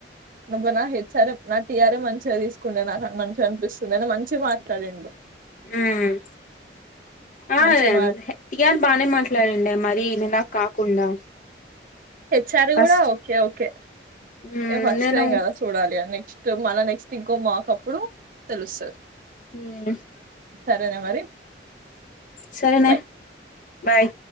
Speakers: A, on the right; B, on the left.
A: నుబ నా హెచ్చార నా టీఆర్ఏ మంచిగా తీసుకుంటే నాకు మంచిగా అనిపిస్తుంది అని మంచిగా మాట్లాడిండు
B: ఉమ్ ఆ
A: మంచి
B: అదే
A: మా
B: టిఆర్ బానే మాట్లాడిందే మరి నలా కాకుండా
A: హెచ్ఆర్
B: ఫస్ట్
A: కూడా ఓకే ఓకే
B: మ్మ్
A: ఇగ ఫస్ట్
B: నేను
A: టైం కదా చూడాలి నెక్స్ట్ మళ నెక్స్ట్ ఇంకో మాకు అప్పుడు తెలుస్తది
B: ఉమ్
A: సరేనే మరి
B: సరేనే
A: బాయ్
B: బాయ్